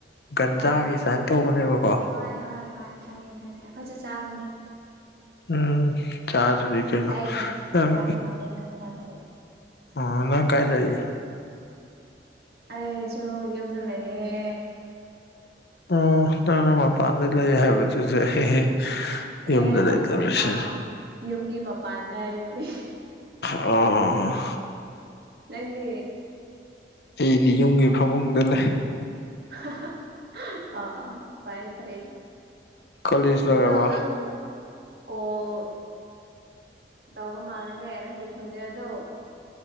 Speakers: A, on the left; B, on the right.
A: ꯒꯟꯖꯥꯒꯤ
B: ꯍꯣꯏ
A: ꯁꯇꯥꯏꯟ ꯇꯧꯕꯅꯦꯕꯀꯣ
B: ꯍꯣꯏ ꯍꯣꯏ ꯍꯣꯏ ꯈꯪꯉꯦ꯫ ꯈꯪꯉꯦ ꯑꯩꯈꯣꯏꯁꯨ ꯆꯥꯕꯅꯦ
A: ꯎꯝ ꯆꯥꯗꯔ꯭ꯗꯤ ꯀꯩ
B: ꯑꯩꯅ
A: ꯅꯪ
B: ꯃꯃꯤꯡ ꯈꯪꯗꯕꯒꯤ
A: ꯑꯣ ꯅꯪ ꯀꯥꯏ ꯂꯩꯏꯒꯦ
B: ꯑꯩꯁꯨ ꯌꯨꯝꯗ ꯂꯩꯌꯦ
A: ꯎ ꯅꯪꯅ ꯃꯄꯥꯟꯗ ꯂꯩ ꯍꯥꯏꯕꯗꯨꯗ ꯑꯩ
B: ꯀꯔꯤ
A: ꯌꯨꯝꯗ
B: ꯍꯥꯏꯕ
A: ꯂꯩꯇꯕꯔ꯭
B: ꯑꯥ
A: ꯁꯤꯅꯤ
B: ꯑꯥ ꯌꯨꯝꯒꯤ ꯃꯄꯥꯟꯗ ꯍꯥꯏꯕꯅꯤ
A: ꯑꯣ
B: ꯅꯪꯗꯤ
A: ꯑꯩꯗꯤ ꯌꯨꯝꯒꯤ ꯐꯃꯨꯡꯗ ꯂꯩ
B: ꯍꯥ ꯍꯥ ꯑꯣ ꯑꯣ ꯐꯥꯏ ꯐꯥꯏ
A: ꯀꯣꯂꯦꯖ ꯂꯣꯏꯔꯕꯣ
B: ꯗꯣ ꯅꯪ ꯀꯣꯜ ꯇꯧꯕ ꯃꯥꯜꯂꯤꯅꯦ ꯅꯪꯒꯤ ꯈꯣꯟꯖꯦꯜꯗꯣ